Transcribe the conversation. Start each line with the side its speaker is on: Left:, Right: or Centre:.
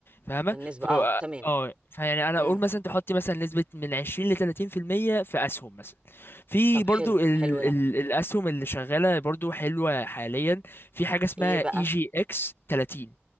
Left: فاهمة
Right: بالنسبة
Left: ف
Right: اه
Left: اه
Right: تمام
Left: آه، فيعني انا
Right: امم
Left: اقول مثلا تحطي مثلا نسبة من 20 ل 30% في المية في أسهم مثلا في
Right: طب
Left: برضو
Right: حلو
Left: ال
Right: حلو ده
Left: ال الاسهم اللي شغاله برضو حلوه حاليا في حاجه اسمها
Right: ايه بقى
Left: اي جي اكس 30